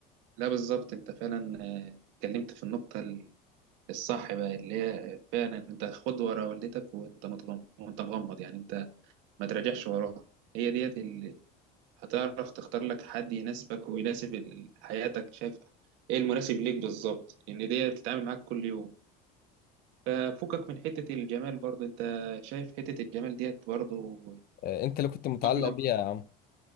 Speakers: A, on the right; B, on the left.
A: لا بالظبط انت فعلا آه، اتكلمت في النقطة ال- الصح بقى اللي هي فعلا انت خد ورا والدتك وانت متغمض وانت مغمض يعني انت ما تراجعش وراها هي ديت اللي هتعرف تختار لك حد يناسبك ويناسب ال- حياتك شايف ايه المناسب ليك بالظبط لان ديت بتتعامل معاك كل يوم ففكك من حتة الجمال برضه انت شايف حتة الجمال ديت برضه
B: آه، انت اللي كنت متعلق
A: مهمة.
B: بيها يا عم